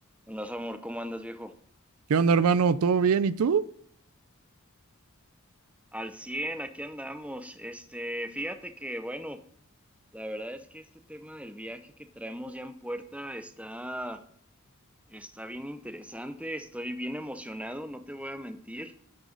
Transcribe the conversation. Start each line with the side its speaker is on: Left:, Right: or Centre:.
Centre: Andas, amor, ¿cómo andas, viejo?
Right: ¿Qué onda, hermano? ¿Todo bien? ¿Y tú?
Centre: Al 100 aquí andamos. Este, fíjate que, bueno, la verdad es que este tema del viaje que traemos ya en puerta está, está bien interesante. Estoy bien emocionado, no te voy a mentir.